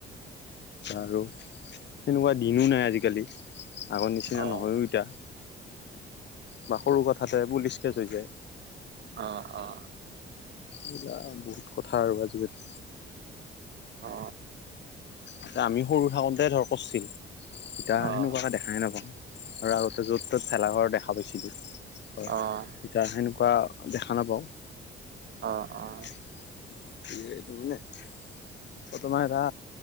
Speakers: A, on the left (about 60°); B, on the right (about 60°).
A: আৰু সেনেকুৱা দিনো নাই আজিকালি। আগৰ নিচিনা
B: অ', অ',
A: নহয়ও এতিয়া বা সৰু কথাতে পুলিচ কেচ হৈ যায়।
B: অঁ, অ।
A: এইবিলাক বহুত কথা আৰু আজিকালি।
B: অ।
A: এতিয়া আমি সৰু থাকোতে ধৰ কৰছিল এতিয়া
B: অ',
A: সেনেকুৱাকে দেখাই নাপাওঁ। আৰু আগতে য'ত ত'ত ভেলাঘৰ দেখা পাইছিলোঁ, হয়।
B: অ',
A: তেতিয়া সেনেকুৱা দেখা নাপাওঁ।
B: অঁ, অ।
A: <unintelligible> তোমাৰ এটা